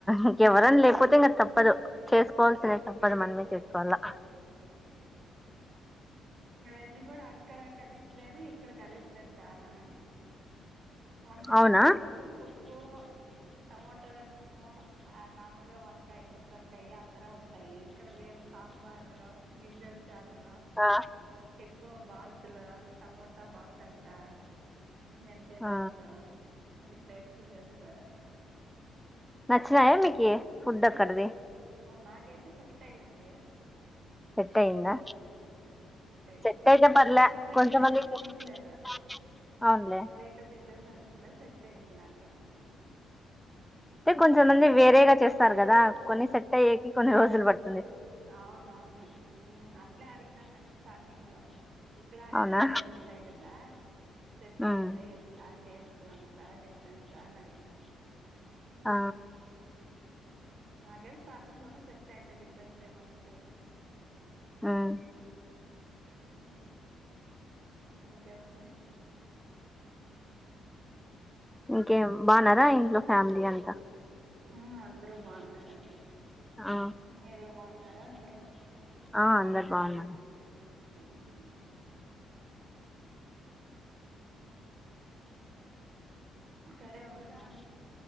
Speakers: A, in the centre; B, on the right (about 50°).
A: ఇంకెవరనా లేకపోతే ఇంకా తప్పదు చేసుకోవాల్సినవి
B: హ్మ్.
A: తప్పదు మనమే చేసుకోవాల
B: అవును ఇంగ వెజ్ కూడా అక్కడ కర్రీస్ వేరు ఇక్కడ కర్రీస్ వేరు చానా వన్ సైడ్
A: అవునా
B: అయితే ఎక్కువ పప్పు టమోటా రసము ఆ నార్మల్గా వంకాయ మొత్తంకయాత్రా ఉంటాయి ఇక్కడ వేరు సాంబారు గింజలు చార్లు
A: ఆ
B: ఎక్కువ బాతులు టమోటా బాతు అంటా మెంతే
A: ఆ
B: బాత్ ఇట్లా ఎక్కువ చేస్తారా
A: నచ్చినాయా మీకీ ఫుడ్ అక్కడిది
B: నాకైతే సెట్ అయింది
A: సెట్టయిందా
B: అయ్యింది
A: సెట్ అయితే పర్లా
B: అంటే డిఫరెన్స్
A: కొంచమంది
B: ఏమి అనిపించలేదు
A: <inaudible> అవునులే
B: <unintelligible> అనిటిలో సెట్యంది నాకేమ్మో
A: అయితే కొంచంమంది వేరేగా చేస్తారు కదా కొన్ని సెట్ అయ్యేకి కొన్ని రోజులు పట్
B: అవునవును అట్లే అడిగినారు నన్ని స్టార్టింగ్ లో ఇక్కడ అక్కడ
A: అవునా
B: వేరే ఉంటాయి కదా సెట్
A: ఉమ్,
B: అయింది ఎట్లా టేస్ట్ ఇంకా డిఫరెన్సా అని అడిగినాను
A: ఆ
B: నాకేం స్టార్టింగ్ లోనే సెట్ అయింది డిఫరెన్స్ ఏం అనిపియలా
A: హ్మ్
B: హ్మ్ ఇంకేమండి
A: ఇంకేం బాన్నారా ఇంట్లో ఫ్యామిలీ అంతా
B: హ్మ్ అందరూ బాగున్నారు
A: ఆ
B: మీరు బాగున్నారా అందరూ
A: ఆ అందరు బాగున్నారు
B: హ్మ్ సరే ఉందునా